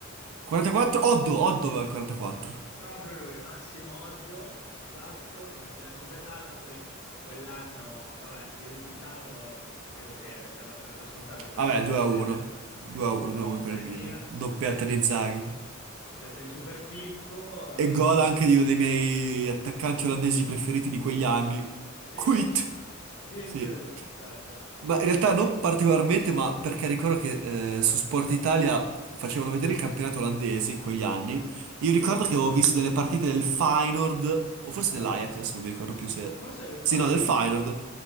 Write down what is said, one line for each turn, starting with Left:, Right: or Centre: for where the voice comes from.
Right: 44? Oddo, Oddo aveva il 44.
Left: Proprio lui, Massimo Oddo, esatto, formazione completata. Poi quell'anno, vabbè, il risultato credo che sia abbastanza scontato, però
Right: Vabbè,
Left: se vuoi
Right: 2
Left: ripeterlo,
Right: a 1. 2
Left: 2-1
Right: a 1, 2 a 1 per
Left: per
Right: il
Left: il
Right: Milan.
Left: Milan,
Right: Doppietta
Left: la
Right: di Inzaghi.
Left: doppiata di Super Pippo, eh,
Right: E gol anche di uno dei miei attaccanti olandesi preferiti di quegli anni.
Left: sì,
Right: Quit.
Left: Dirk,
Right: Sì.
Left: certo,
Right: Ma in realtà
Left: eh,
Right: non particolarmente, ma perché ricordo che eh, su Sport Italia facevano vedere il campionato olandese in quegli anni. Io
Left: sì.
Right: ricordo che avevo visto delle partite del Feyenoord, o forse
Left: Ah,
Right: dell'Ajax, adesso non mi ricordo più se...
Left: forse è il
Right: Sì,
Left: Feyenoord,
Right: no, del Feyenoord.
Left: io direi.